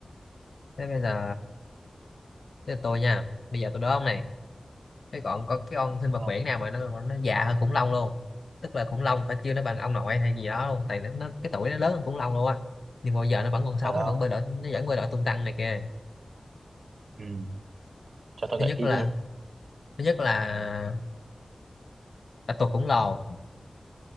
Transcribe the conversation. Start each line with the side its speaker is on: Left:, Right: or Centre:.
Left: thế bây giờ thế là tôi nha bây giờ tôi đố ông này cái còn có cái con sinh
Right: hiểu
Left: vật
Right: không
Left: biển nào mà nó nó già hơn khủng long luôn tức là khủng long phải kêu nó bằng ông nội hay gì đó luôn tại nó, nó cái tuổi nó lớn hơn khủng long luôn á nhưng mà bây giờ nó vẫn còn
Right: ở
Left: sống nó
Right: không
Left: vẫn bơi lội nó vẫn bơi lội tung tăng này kìa
Right: ừ. cho tôi
Left: thứ
Right: gợi
Left: nhất
Right: ý
Left: là
Right: đi
Left: thứ nhất là bạch tuộc khổng lồ